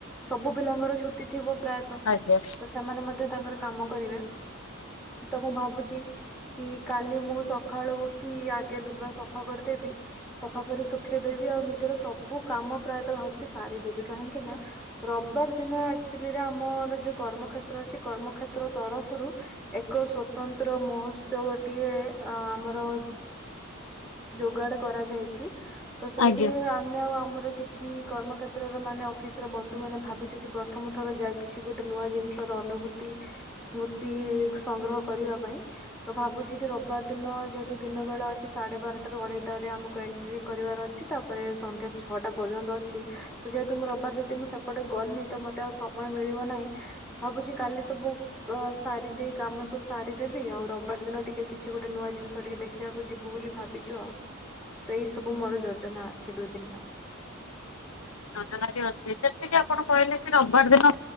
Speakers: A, in the centre; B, on the left.
A: ସବୁ ପିଲାଙ୍କର ଛୁଟି ଥିବ ପ୍ରାୟ ତ
B: ଆଜ୍ଞା
A: ତ ସେମାନେ ମଧ୍ୟ ତାଙ୍କର କାମ କରିବେ। ତ ମୁଁ ଭାବୁଛି କି କାଲି ମୁଁ ସଖାଳୁ ଉଠି ଆଗେ ଲୁଗା ସଫା କରଦେବି। ସଫା କରି ଶୁଖେଇଦେବି। ଆଉ ନିଜର ସବୁ କାମ ପ୍ରାୟତଃ ଭାବୁଛି ସାରିଦେବି। କାହିଁକି ନା ରବବାର ଦିନ ଆକ୍ଚୁଲି ରେ ଆମର ଯୋଉ କର୍ମକ୍ଷେତ୍ର ଅଛି କର୍ମକ୍ଷେତ୍ର ତରଫରୁ ଏକ ସ୍ଵତନ୍ତ୍ର ମହୋତ୍ସବଟିଏ ଅ, ଆମର ଯୋଗାଡ କରାଯାଇଛି ତ ସେଇଥିରେ
B: ଆଜ୍ଞା।
A: ଆ ମେ ଆଉ ଆମର କିଛି କର୍ମ କ୍ଷେତ୍ରର ମାନେ ଅଫିସ୍ ର ବନ୍ଧୁ ମାନେ ଭାବିଛୁ କି ପ୍ରଥମ ଥର ଯାଇ ଛି ଗୋଟେ ନୂଆ ଜିନିଷ ର ଅନୁଭୂତି ସ୍ମୃତି ସଂଗ୍ରହ କରିବା ପାଇଁ। ତ ଭାବୁଛି କି ରବବାର ଦିନ ଯେହେତୁ ଦିନ ବେଳା ଅଛି ସାଢେ ବାରଟା ରୁ ଅଢେଇଟାରେ ଆମକୁ ଏଣ୍ଟ୍ରି କରିବାର ଅ ଛି ତାପରେ ସନ୍ଧ୍ୟା ଛଅଟା ପର୍ଯ୍ୟନ୍ତ ଅଛି। ତ ଯେହେତୁ ମୁଁ ରବବାର ଯଦି ମୁଁ ସେପଟେ ଗଲି ତ ମୋତେ ଆଉ ସମୟ ମିଳିବ ନାହିଁ। ଭାବୁଛି କାଲି ସବୁ କ-ସାରି ଦେଇ କାମ ସବୁ ସାରିଦେବି। ଆଉ ରବବାର ଦିନ ଟିକେ କିଛି ଗୋଟେ ନୂଆ ଜିନିଷ ଟିକେ ଦେଖିବାକୁ ଯିବୁ ବୋଲି ଭାବିଛୁ ଆଉ, ତ ଏଇ ସବୁ ମୋର ଯୋଜନା ଅଛି ଦୁଇ ଦିନ ପାଇଁ।
B: ଯୋଜନା ଟି ଅଛି, ଯେତିକି ଆପଣ କହିଲେ କି ରବବାର ଦିନ